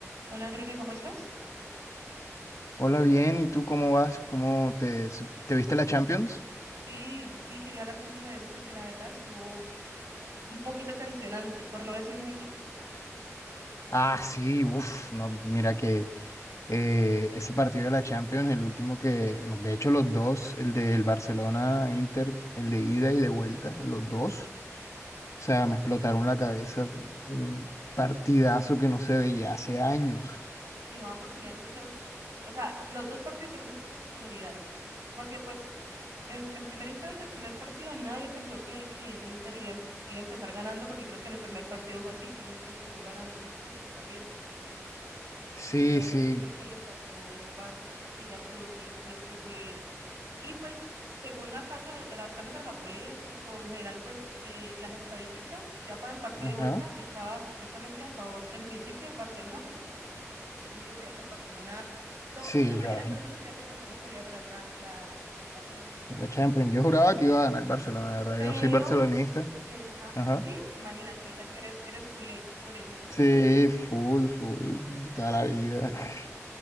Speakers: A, on the right; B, on the left.
A: Hola Enrique, ¿cómo estás?
B: Hola, bien, ¿y tú cómo vas? ¿Cómo te, te viste la Champions?
A: Sí, sí, quería hablar contigo de eso porque la verdad estuvo un poquito tensionante, por no decir mucho.
B: Ah, sí, uff, no, mira que eh, ese partido de la Champions, el último que, no, de hecho los dos, el del Barcelona-Inter, el de ida y de vuelta, los dos, o sea, me explotaron la cabeza, un partidazo que no se veía hace años.
A: Sino ambos tenían muchos, o sea, los dos partidos tuvieron muchas particularidades. Porque pues el- en primera instancia, el primer partido, nadie pensó que, que el Inter le iba, iba a empezar ganando porque creo que en el primer partido fue así, que el Inter empezó ganando sí, también.
B: Sí,
A: Y ya
B: sí,
A: después fue que le empató el Barça y ya quedó tres tres que fue Y pues según la casa, las casas de las apuestas o en general pues eh, las estadísticas, ya para el partido
B: ajá,
A: de vuelta estaba supuestamente a favor en principio del Barcelona porque pues todo el mundo creía que el Barcelona, to-
B: sí,
A: la mayoría
B: yo,
A: de personas creían que el Barcelona pues iba a ganar la, la, la Champions.
B: la Champions, yo juraba que iba a ganar el Barcelona, la verdad,
A: Pero,
B: yo soy barcelonista,
A: es, ah,
B: ajá.
A: sí, imagínate, o sea que eres, eres culé, como le dicen así.
B: Sí, full, full, de toda la vida, <laughs>